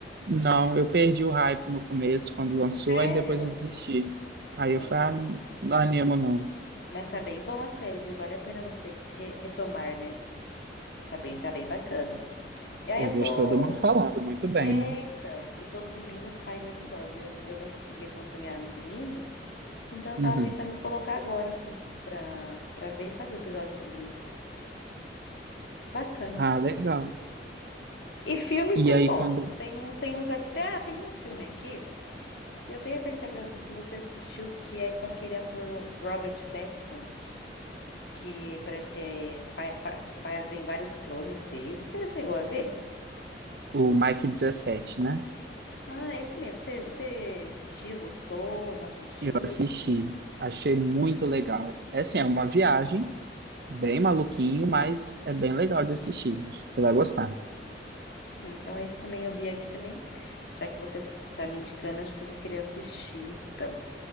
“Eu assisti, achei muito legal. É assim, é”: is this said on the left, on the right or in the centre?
Right